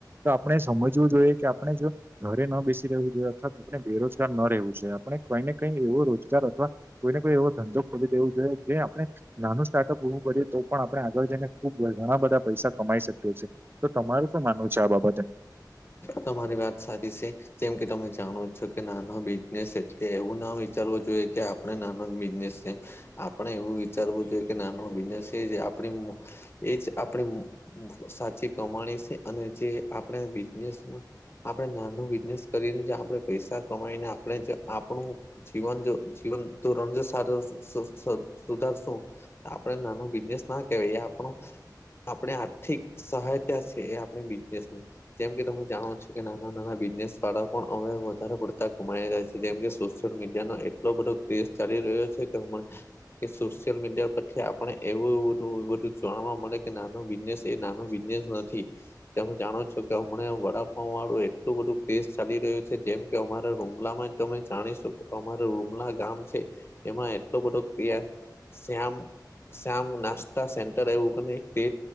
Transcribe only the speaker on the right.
તો આપણે સમજવું જોઈએ કે આપણે જો ઘરે ન બેસી રહેવું જોઈએ અથવા આપણે બેરોજગાર ન રહેવુ જોઈએ આપણે કંઈ ને કંઈ એવો રોજગાર અથવા કોઈ ને કોઈ એવો ધંધો ખોલી દેવું જોઈએ જે આપણે નાનું સ્ટાર્ટઅપ ઉવું પડે તો પણ આપણે આગળ જઈને ખબ ઘણા બધા પૈસા કમાઈ શકીએ છીએ તો તમાર શું માનવું છે આ બાબતે?